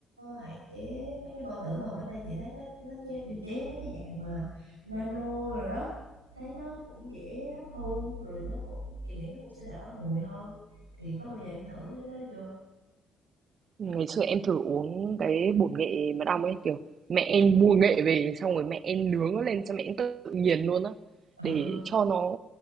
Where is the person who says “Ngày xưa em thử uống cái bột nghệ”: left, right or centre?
Right